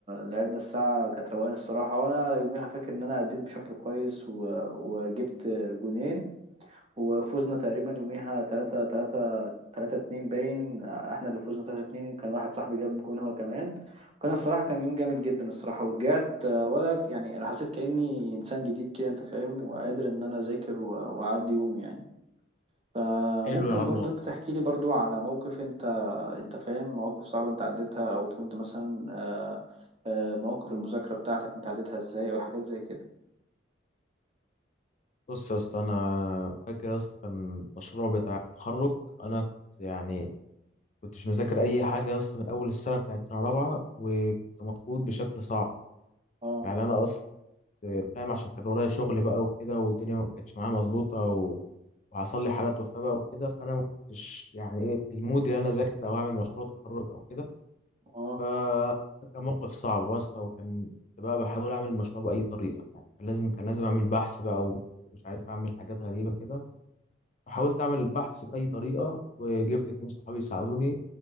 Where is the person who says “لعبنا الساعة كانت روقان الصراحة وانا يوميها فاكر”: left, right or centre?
Right